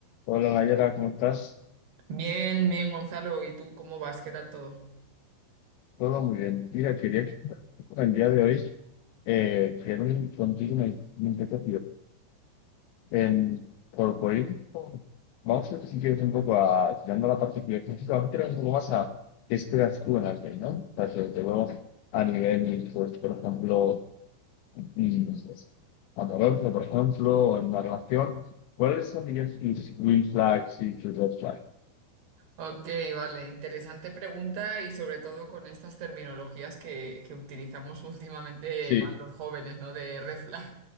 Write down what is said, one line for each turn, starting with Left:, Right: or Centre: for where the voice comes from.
Left: Hola Mayra, ¿cómo estás?
Right: Bien, bien, Gonzalo. ¿Y tú cómo vas? ¿Qué tal todo?
Left: Todo muy bien. Mira, quería con el día de hoy eh, quiero un- contigo una limpieza En, por, por ir, vamos a ver si quieres un poco a tirando la parte filosófica, vamos a tirar un poco más a qué esperas tú en alguien, ¿no? O sea, sobre todo a nivel, pues, por ejemplo, mm, amoroso, por ejemplo, o en una relación, ¿cuáles son, dirías, tus green flags y tus red flags?
Right: Ok, vale. Interesante pregunta y sobre todo con estas terminologías que, que utilizamos <laughs> últimamente
Left: Sí,
Right: más los jóvenes, ¿no? De red flag,